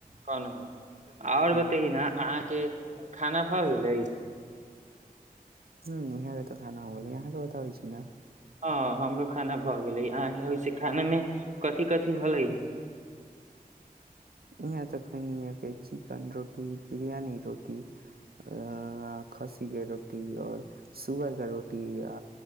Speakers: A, on the right; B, on the right.
A: कोनो बात नइ आओर
B: हाँ
A: बताइए न अहाँके खाना भऽ गेलई
B: ह यहाँ तऽ खाना हो गेलय यहाँ बताबै छी न
A: हँ हमरो खाना भऽ गेलै अहाँके ओहिसे खानामे कथि कथि भेलै
B: यहाँं त एखनि हैतै चिकन रोटी बिरयानी रोटी आ खस्सी के रोटी और सुअर के रोटी आ